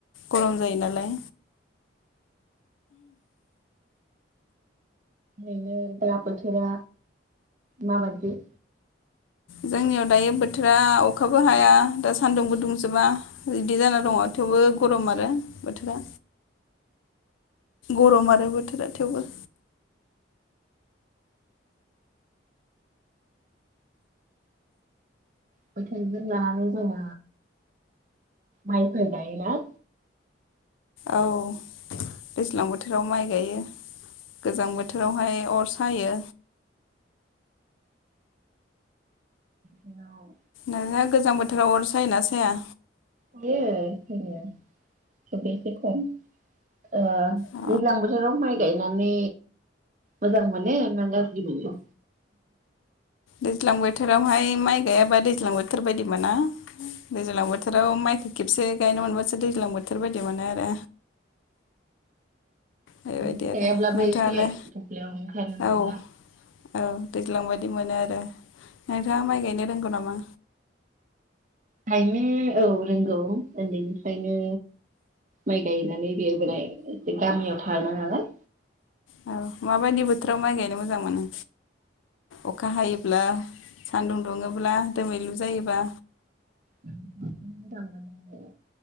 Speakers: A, on the left; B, on the right.
A: गरम जायो नालाय
B: ओरैनो दा बोथोरा माबायाददि
A: जोंनियाव दायो बोथोरा अखाबो हाया दा सान्दुंबो दुंजोबा बिदि जाना दङ थेवबो गरम आरो बोथोरा गरम आरो बोथोरा थेवबो
B: बोथिं जोंना जोङो माइफोर गायोना
A: औ दैज्लां बोथोर राव माइ गायो गोजां बोथोरावहाय अर सायो
B: नाव
A: नोंहा गोजां बोथोराव अर सायोना साया
B: बेनो ससेसे खम ओ
A: अ
B: दैज्लां बोथोराव माइ गायनानै मोजां मोनो ना गाज्रि मोनो?
A: दैज्लां बोथोरावहाय माइ गाययाबा दैज्लां बोथोर बायदि मोना दैज्लां बोथोराव माइखौ खेबसे गायनो मोनबासो दैज्लां बोथोर। बोथोरबायदि मोनो आरो। बेबायदि
B: बांद्राय गायाब्लाबो
A: आरो नोंथाङालाय
B: एसे दुब्लियाव ओंखारनो
A: औ
B: ना
A: औ दैज्लां बायदि मोनो आरो नोंथाङा माइ गायनो रोंगौ नामा?
B: गायनो औ रोंगौ उन्दैनिफ्रायनो माइ गायनानै देरबोनाय गामियाव थानाङाना।
A: औ माबायदि बोथोराव माइ गायनो मोजां मोनो अखा हायोब्ला सान्दुं दुङोब्ला दोमैलु जायोबा
B: माखौ मोजां मोनो नोंलाय